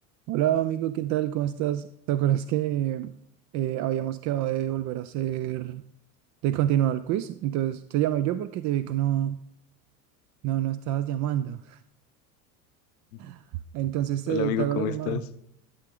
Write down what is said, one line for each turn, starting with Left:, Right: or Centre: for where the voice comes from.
Right: Hola amigo, ¿qué tal? ¿Cómo estás? ¿Te acuerdas que eh, habíamos quedado de volver a hacer, de continuar el quiz? Entonces te llamé yo porque te vi que no, no, no estabas llamando.
Left: Hola
Right: <laughs> Entonces eh,
Left: amigo,
Right: te hago
Left: ¿cómo
Right: la llamada.
Left: estás?